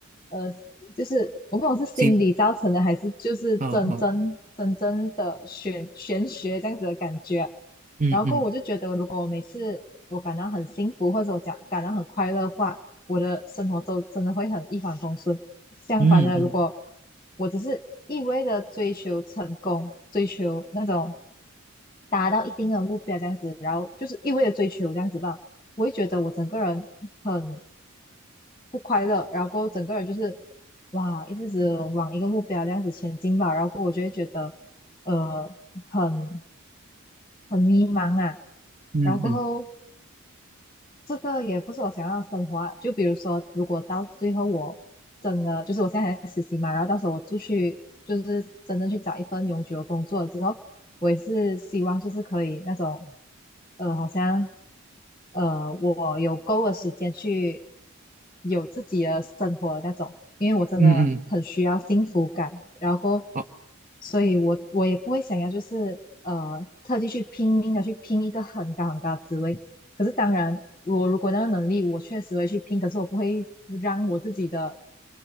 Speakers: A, on the left; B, on the right.
A: 呃，就是我不懂是心理造成的，
B: 行，
A: 还是就是真真真正的玄玄学这样子的感觉啊
B: 哦哦，嗯嗯
A: 然后过后我就觉得，如果我每次我感到很幸福，或者我讲感到很快乐的话，我的生活都真的会很一帆风顺。相反的，
B: 嗯嗯
A: 如果我只是一味的追求成功，追求那种达到一定的目标这样子，然后就是一味的追求这样子吧，我会觉得我整个人很不快乐，然后过后整个人就是哇，一直只往一个目标这样子前进吧，然后过后我就会觉得呃很很迷茫啊，
B: 嗯嗯
A: 然后过后。这个也不是我想要的生活啊。就比如说，如果到最后我真的就是我现在还在实习嘛，然后到时候我出去就是真的去找一份永久的工作了之后，我也是希望就是可以那种，呃，好像呃，我有够的时间去有自己的生活那种，因为我真的很需要幸福感，
B: 嗯嗯，
A: 然后，
B: 好
A: 所以我我也不会想要就是呃特地去拼命的去拼一个很高很高的职位，可是当然我如果那个能力，我确实会去拼，可是我不会让我自己的